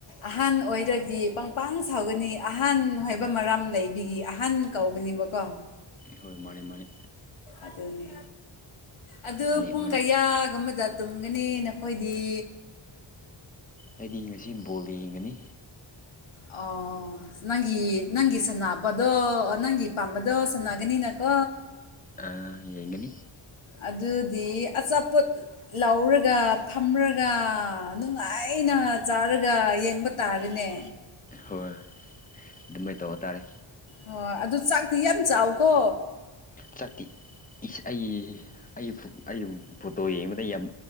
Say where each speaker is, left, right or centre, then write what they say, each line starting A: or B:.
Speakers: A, on the left (about 75°); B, on the left (about 15°).
A: ꯑꯍꯟ ꯑꯣꯏꯔꯗꯤ ꯄꯪꯄꯥꯡ ꯁꯥꯎꯒꯅꯤ ꯑꯍꯟ ꯍꯥꯏꯕ ꯃꯔꯥꯝ ꯂꯩꯕꯤꯒꯤ ꯑꯍꯟ ꯀꯧꯕꯧ ꯑꯣꯏꯅꯤꯡꯕꯀꯣ
B: ꯍꯣꯏ ꯃꯥꯅꯦ ꯃꯥꯅꯦ
A: ꯑꯗꯨꯅꯤ ꯑꯗꯨ
B: ꯃꯥꯅꯦ
A: ꯄꯨꯡ
B: ꯃꯥꯅꯦ
A: ꯀꯌꯥꯒꯨꯝꯕꯗ ꯇꯨꯝꯒꯅꯤ ꯅꯈꯣꯏꯗꯤ
B: ꯑꯩꯗꯤ ꯉꯁꯤ ꯕꯣꯜꯗ ꯌꯦꯡꯒꯅꯤ
A: ꯑꯣ ꯅꯪꯒꯤ ꯅꯪꯒꯤ ꯁꯥꯟꯅꯕꯗꯣ ꯅꯪꯒꯤ ꯄꯥꯝꯕꯗꯣ ꯁꯥꯟꯅꯒꯅꯤꯅꯀꯣ
B: ꯑ ꯌꯦꯉꯅꯤ
A: ꯑꯗꯨꯗꯤ ꯑꯆꯥꯄꯣꯠ ꯂꯧꯔꯒ ꯐꯝꯔꯒ ꯅꯨꯡꯉꯥꯏ ꯑꯩꯅ ꯆꯥꯔꯒ ꯌꯦꯡꯕ ꯇꯥꯔꯦꯅꯦ
B: ꯍꯣꯏ ꯑꯗꯨꯃꯥꯏꯅ ꯇꯧꯕ ꯇꯥꯔꯦ
A: ꯍꯣꯏ ꯑꯗꯨ ꯆꯥꯛꯇꯤ ꯌꯥꯝ ꯆꯥꯎꯀꯣ
B: ꯆꯇ ꯑꯩ ꯑꯩ ꯐꯣꯇꯣ ꯌꯦꯡꯕꯗ ꯌꯥꯝ